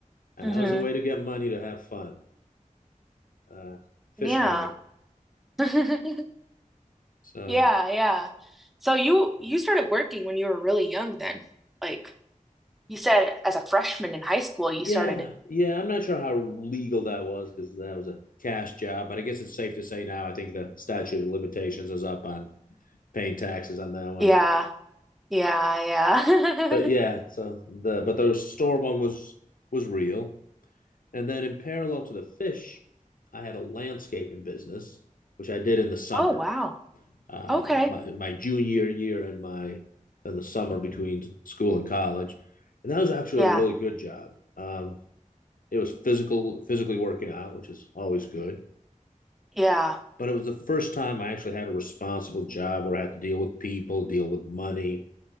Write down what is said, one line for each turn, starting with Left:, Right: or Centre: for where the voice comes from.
Left: And
Centre: hmm
Left: that was a way to get money to have fun, uh, fish
Centre: Yeah.
Left: money.
Centre: <laughs>
Left: So,
Centre: Yeah, yeah. So you you started working when you were really young then. Like you said as a freshman in high school you
Left: yeah,
Centre: started.
Left: yeah, I'm not sure how legal that was because that was a cash job. But I guess it's safe to say now, I think the statute of limitations is up on paying taxes on that one.
Centre: Yeah. Yeah, yeah.
Left: But yeah,
Centre: <laughs>
Left: so the but the store one was was real. And then in parallel to the fish, I had a landscaping business, which I did in the summer,
Centre: Oh wow.
Left: uh,
Centre: Okay.
Left: my, my junior year and my in the summer between school and college, and that was actually
Centre: Yeah.
Left: a really good job. Um, it was physical, physically working out, which is always good.
Centre: Yeah.
Left: But it was the first time I actually had a responsible job where I had to deal with people, deal with money,